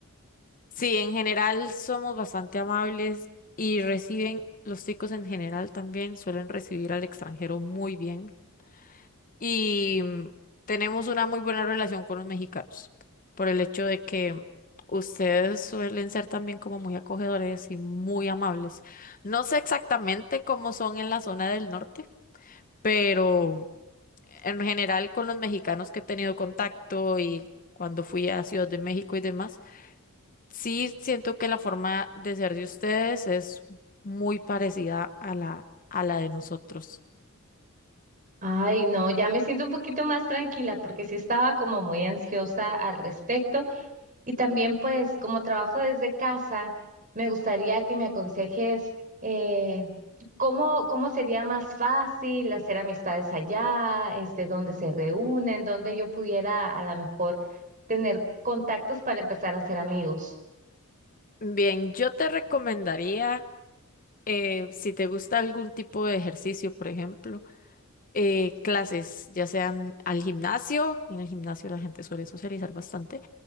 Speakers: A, on the left (about 40°); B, on the right (about 35°).
A: Sí, en general somos bastante amables y reciben, los chicos en general también suelen recibir al extranjero muy bien. y mm, tenemos una muy buena relación con los mexicanos por el hecho de que ustedes suelen ser también como muy acogedores y muy amables. No sé exactamente cómo son en la zona del norte, pero en general con los mexicanos que he tenido contacto y cuando fui a Ciudad de México y demás, sí siento que la forma de ser de ustedes es muy parecida a la, a la de nosotros.
B: Ay, no, ya me siento un poquito más tranquila porque sí estaba como muy ansiosa al respecto. Y también, pues, como trabajo desde casa, me gustaría que me aconsejes eh, cómo, cómo sería más fácil hacer amistades allá, este, dónde se reúnen, dónde yo pudiera a lo mejor tener contactos para empezar a hacer amigos.
A: Bien, yo te recomendaría eh, si te gusta algún tipo de ejercicio, por ejemplo, eh, clases, ya sean al gimnasio, en el gimnasio la gente suele socializar bastante,